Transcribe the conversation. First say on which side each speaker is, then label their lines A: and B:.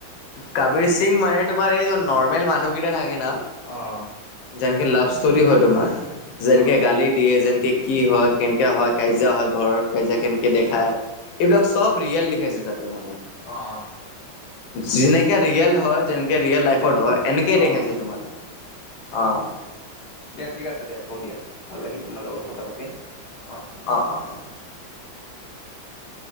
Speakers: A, on the left; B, on the left.
A: কাবিৰ সিং মানে তোমাৰ এইজন নৰ্মেল মানুহকেইটা থাকে ন!
B: অঁ।
A: যেনেকে লাভ ষ্টৰি হয় তোমাৰ, যেনেকে
B: হয়
A: গালি দিয়ে যেনকে কি হয়,
B: অ
A: কেনেকে হয়, - কাজিয়া হয়, ঘৰত কাজিয়া কেনেকে দেখাই,
B: হয়
A: এইবিলাক চব ৰিয়েল দেখাইছে তাতে মানে।
B: অঁ, অঁ।
A: যেনেকে ৰিয়েল হয়, যেনেকে ৰিয়েল লাইফত হয়, এনেকেই
B: অ
A: দেখাইছে তোমাৰ অঁ।
B: দিয়া ঠিক আছে দিয়া, থওঁ দিয়া ভাল লাগিল তোমাৰ লগত কথা পাতি, অঁ।
A: অঁ, অঁ, অঁ।